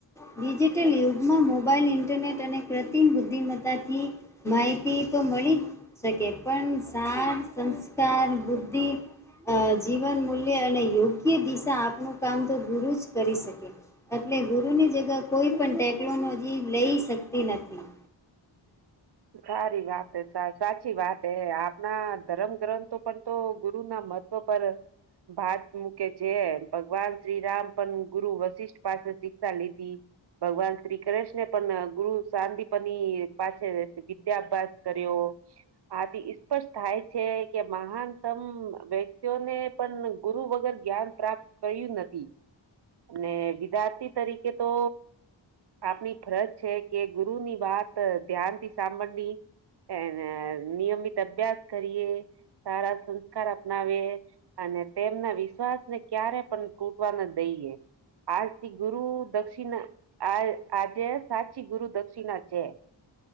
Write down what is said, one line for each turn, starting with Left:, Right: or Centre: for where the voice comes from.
Centre: ડિજિટલ યુગમાં મોબાઈલ ઇન્ટરનેટ અને કૃત્રિમ બુદ્ધિમત્તાથી માહિતીતો મળી જ શકે પણ સાર સંસ્કાર બુદ્ધિ અ જીવન મૂલ્ય અને યુગ યોગ્ય દિશા આપનું કામ તો ગુરુ જ કરી શકે એટલે ગુરુની જ કોઈપણ ટેકનોલોજી લઈ શકતી નથી
Right: સારીવાત સાચીવાતએ આપના ધર્મ ગ્રંથો પણ તો ગુરુ ના મત તો પર અ ભાત મૂકે છે જે ભગવાન શ્રીરામ પણ ગુરુ વશિષ્ઠ પાસે શિક્ષા લીધી ભગવાન શ્રી કૃષ્ન પણ ગુરુ શાંદિપની પાસે વિદ્યા અભ્યાસ કર્યો આથી સ્પષ્ટ થાય છે કે મહાનતમ વ્યક્તિઓને પણ ગુરુ વગર જ્ઞાન પ્રાપ્ત કર્યું નથી અને વિદ્યાર્થી તરીકે તો આપની ફરજ છે કે ગુરુની વાત ધ્યાનથી સાંભળવી એ નિયમિત અભ્યાસ કરીએ સારા સંસ્કાર અપનાવીએ અને તેમના વિશ્વાસને ક્યારે પણ તૂટવા ના દઈએ. આજ થી ગુરુ દક્ષિણા આ આજે સાચી ગુરુ દક્ષિણા છે.